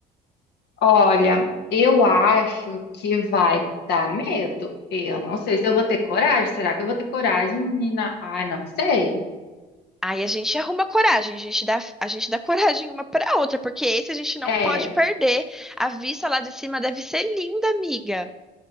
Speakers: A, on the left; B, in the centre.
A: Olha, eu acho que vai dar medo. Eu não sei se eu vou ter coragem. Será que eu vou ter coragem, menina? Ai, não sei.
B: Aí a gente arruma coragem, a gente dá, a gente dá <laughs> coragem uma pra outra, porque esse a gente não
A: É,
B: pode perder. A vista lá de cima deve ser linda, amiga.